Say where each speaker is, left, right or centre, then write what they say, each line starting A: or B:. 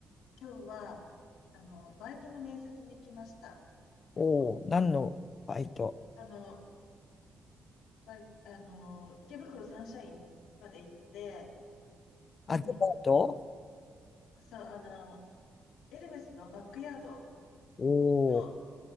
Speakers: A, on the left; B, on the left.
A: 今日は、あの、バイトの面接に行きました。
B: おおー、何のバイト
A: あの、バイ、あの、池袋サンシャインまで行って、うん。
B: あ、デパート
A: そう、あの、エルメスのバックヤード
B: おお
A: の